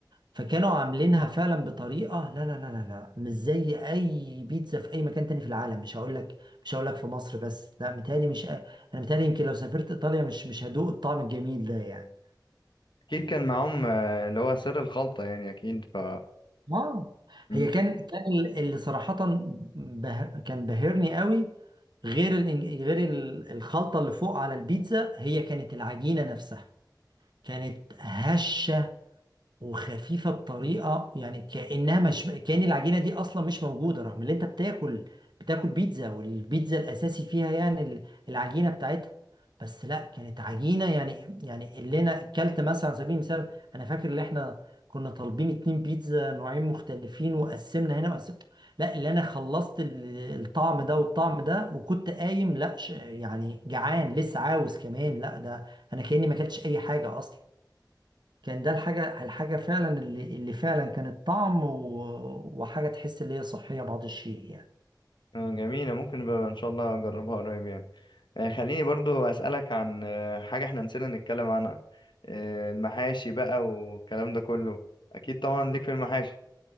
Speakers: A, on the right (about 70°); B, on the left (about 90°).
A: فكانوا عاملينها فعلا بطريقه لا لا لا لا لا مش زي اي بيتزا في اي مكان تاني في العالم مش هقول لك مش هقول لك في مصر بس لا متهيألي مش انا متهيألي يمكن لو سافرت ايطاليا مش مش هدوق الطعم الجميل ده يعني
B: اكيد كان معاهم آه، اللي هو سر الخلطة يعني اكيد ف
A: اه
B: مم.
A: هي كان كان ال- اللي صراحة به... كان بهرني قوي غير ال... غير ال- الخلطة اللي فوق على البيتزا هي كانت العجينة نفسها كانت هشة وخفيفه بطريقه يعني كانها مش كان العجينه دي اصلا مش موجوده رغم ان انت بتاكل بتاكل بيتزا والبيتزا الاساسي فيها يعني ال- العجينه بتاعتها بس لا كانت عجينه يعني يعني اللي انا اكلت مثلا على سبيل المثال انا فاكر ان احنا كنا طالبين اتنين بيتزا نوعين مختلفين وقسمنا هنا وقسمنا لا اللي انا خلصت ال- الطعم ده والطعم ده وكنت قايم لا ش- يعني جعان لسه عاوز كمان لا ده انا كاني ما اكلتش اي حاجه اصلا كان ده الحاجة الحاجة فعلا اللي اللي فعلا كانت طعم و... وحاجة تحس اللي هي صحية بعض الشيء يعني
B: آه، جميلة ممكن بقى ان شاء الله اجربها قريب يعني آه، خليني برضو اسألك عن آه، حاجة احنا نسينا نتكلم عنها آه، المحاشي بقى والكلام ده كله اكيد طبعا ليك في المحاشي